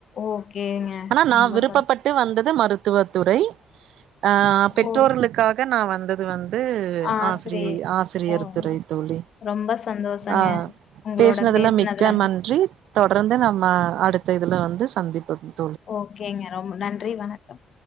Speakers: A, on the left; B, on the right.
A: ஓகேங்க
B: ஆனா நா
A: ரொம்ப
B: விருப்பப்பட்டு
A: சந்
B: வந்தது மருத்துவத் துறை ஆஹ் பெற்றோர்களுக்கா
A: ஓ
B: க நா வந்தது வந் து
A: ஆ
B: ஆசிரியை
A: சரி
B: ஆசிரியர்
A: ஓ
B: துறை தோழி
A: ரொம்ப சந்தோஷங்க.
B: ஆஹ்
A: உங்களோட
B: பேஸ்னதுல
A: பேசுனதுல.
B: மிக்க நன்றி தொடர்ந்து நம்ம அடுத்த இதுல வந்து சந்திப்போ <unintelligible>
A: ஓகேங்க ரொம்ப நன்றி வணக்கம்